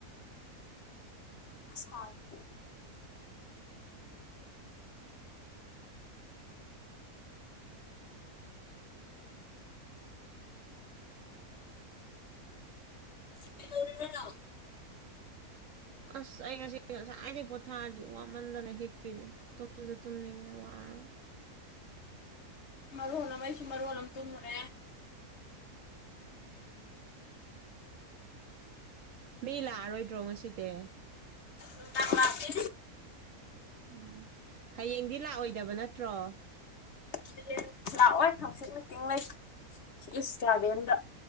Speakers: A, on the left; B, on the right.
A: ꯍꯣꯏ ꯀꯩꯗꯧꯔꯤꯅꯣ ꯅꯪ
B: ꯑꯁ ꯑꯩ ꯉꯁꯤ ꯉꯁꯥꯏꯗꯒꯤꯩ ꯄꯣꯊꯥꯔꯗ꯭ꯗꯤ ꯋꯥꯃꯟꯗꯅ ꯍꯤꯞꯄꯤꯅꯦ ꯇꯨꯝꯁꯨ ꯇꯨꯝꯅꯤꯡꯉꯦ ꯋꯥ ꯎꯝ
A: ꯃꯔꯨ ꯍꯝ ꯑꯩꯁꯨ ꯃꯔꯨ ꯍꯣꯟꯅꯝ ꯇꯨꯝꯃꯨꯔꯦ
B: ꯃꯤ ꯂꯥꯛꯑꯔꯣꯏꯗ꯭ꯔꯣ ꯉꯁꯤꯗꯤ
A: ꯅꯨꯡꯗꯥꯡ ꯂꯥꯛꯀꯦ
B: ꯎꯝ ꯍꯌꯦꯡꯗꯤ ꯂꯥꯛꯑꯣꯏꯗꯕ ꯅꯠꯇ꯭ꯔꯣ
A: ꯍꯌꯦꯡ ꯂꯥꯛꯑꯣꯏ ꯊꯪꯆꯠ ꯃꯤꯇꯤꯡ ꯂꯩꯩ ꯏꯁ ꯒꯥꯔꯗꯦꯟꯗ